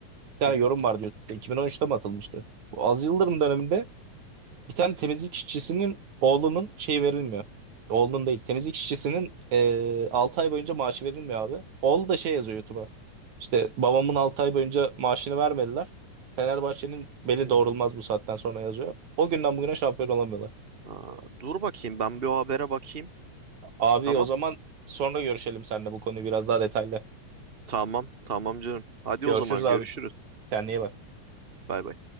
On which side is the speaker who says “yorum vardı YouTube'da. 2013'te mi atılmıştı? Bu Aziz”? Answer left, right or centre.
Right